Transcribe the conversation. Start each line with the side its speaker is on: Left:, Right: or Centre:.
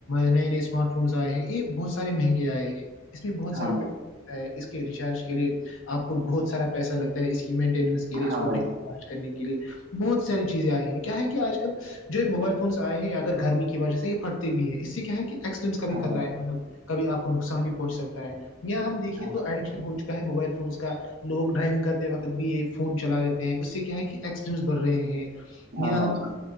Left: نئے نئے اسمارٹ فونس آئے ہیں یہ بہت س مہنگے آئے ہیں اس میں بہت
Right: ہاں
Left: سارا
Right: بھائی
Left: پیک
Right: جان
Left: اس کے ریچارج کے لیے آپ کو بہت سارا پیسہ لگتا ہے اس کی مینٹیننس کے لیے
Right: ہاں
Left: اس کو
Right: بھائی
Left: خار
Right: جان
Left: کرنے کے لیے بہت ساری چیزیں آئی ہیں کیا ہے کہ آج کل جو یہ موبائل فونس آئے ہیں یا اگر گرمی کی وجہ سے یہ پھٹتے بھی ہیں اس سے کیا ہے کہ س کا بھی
Right: ہاں بھائی جان ہاں
Left: خطرہ
Right: بھائی
Left: ہے مطلب کبھی آ کو نقصان بھی پہن سکتا ہے یا ہم دیکھیے
Right: ہاں بھائی
Left: تو ایڈکشن ہو چکا کا موبائل فونز کا لوگ ڈرائیونگ کرتے وقت بھی یہ فون چلا رہتے ہیں اس سے کیا ہے کہ ایکسیڈنٹس بڑ رہے ہیں
Right: ہاں
Left: ہم
Right: بھائی جان